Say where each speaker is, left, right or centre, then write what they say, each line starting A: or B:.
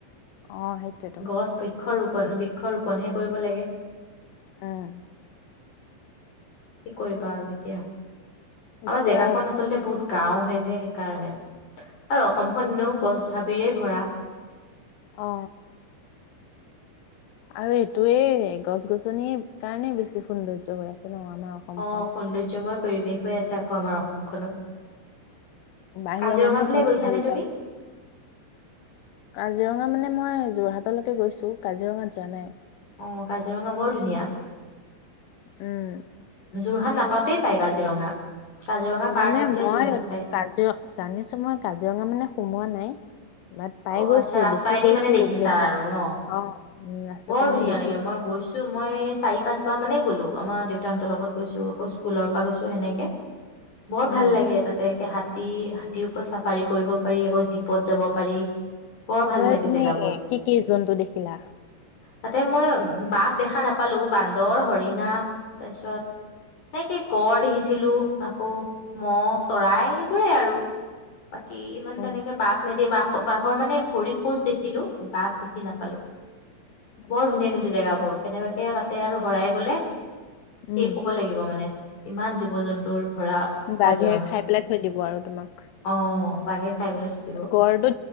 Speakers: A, on the left; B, on the left.
A: অ সেইটোয়েতো
B: গছ বৃক্ষ ৰূপ <unintelligible> বৃক্ষ ৰোপণহে কৰিব লাগে।
A: <unintelligible>
B: কি কৰিবা আৰু এতিয়া।
A: এতিয়া
B: আমাৰ জেগাখন আচলতে বহুত গাঁও হয় যে সেইকাৰণে, আৰু অসমখন এনেও গছ হাবিৰে ভৰা।
A: অ। আৰু এইটোয়ে গছ গছনিৰ কাৰণেই বেছি সৌন্দৰ্য হৈ আছে। ন আমাৰ অসমখন
B: অ, সৌন্দৰ্যময় পৰিৱেশ। হৈ আছে আকৌ আমাৰ অসমখনত।
A: বাহিৰৰ
B: কাজিৰঙা
A: মানুহে
B: ফালে
A: কিমান
B: গৈছানে
A: ভাল
B: তুমি
A: পায়। কাজিৰঙা মানে মই যোৰহাটলৈকে গৈছো, কাজিৰঙাত যোৱা নাই।
B: অ, কাজিৰঙা বৰ ধুনীয়া।
A: উম।
B: যোৰহাট নাপাওঁতেই পাই কাজিৰঙা। কাজিৰঙা
A: মানে
B: পাৰ হৈ পেলাই
A: মই
B: যোৰহাট পায়
A: কাজিৰঙা জানিছো মই কাজিৰঙা মানে সোমোৱা নাই। বাট পাই
B: অ,
A: গৈছো
B: আচ্ছা ৰাস্তাইদি
A: দেখি গৈছো
B: মানে দেখিছা
A: গেটটো
B: আৰু ন,
A: অ উম ৰাস্তাৰ
B: বৰ
A: পৰা
B: ধুনীয়া
A: মই দেখি
B: লাগে। মই গৈছো, মই চাৰি পাঁচবাৰ মানে গলো আমাৰ দেউতা লগত গৈছো আকৌ স্কুলৰ পৰা গৈছো সেনেকে। বৰ
A: উম
B: ভাল লাগে তাতে একে হাত হাতী, হাতীৰ ওপৰত চাফাৰী কৰিব পাৰি আকৌ জীপত যাব পাৰি। বৰ ভাল
A: তই
B: লাগে
A: তুমি
B: জেগাবোৰ।
A: কি কি জন্তু দেখিলা
B: তাতে মই বাঘ দেখা নাপালো। বান্দৰ, হৰিণা তাৰপিছত, এনেকে গড় দেখিছিলো আকৌ ম'হ, চৰাই এইবোৰে আৰু। বাকী ইমান
A: অ
B: তেনেকে বাঘ <unintelligible> বাঘ মই মানে ভৰি খোজ দেখিলো, বাঘ দেখি নেপালো।
A: আচ্ছা
B: বৰ ধুনীয়া কিন্তু জেগাবোৰ। কেনেবাকে তাতে আৰু হৰাই গলে। শেষ
A: উম
B: হ'ব লাগিব মানে। ইমান জীৱ জন্তুৰ ভৰা কাজিৰঙাখন
A: বাঘে খাই পেলাই থৈ দিব আৰু তোমাক
B: অ বাঘে খাই পেলাই থৈ দিব
A: গ়ড়টো